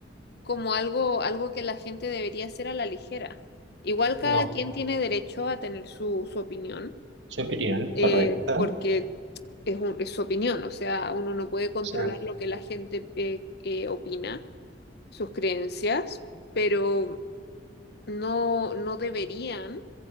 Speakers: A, on the left (about 65°); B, on the right (about 80°).
A: como algo, algo que la gente debería hacer a la ligera. Igual cada
B: no,
A: quien tiene derecho a tener su, su opinión,
B: su opinión,
A: eh,
B: correcta.
A: porque
B: O
A: es, un- es su opinión, o sea, uno no puede controlar
B: sea,
A: lo que la gente eh, eh, opina, sus creencias, pero no, no deberían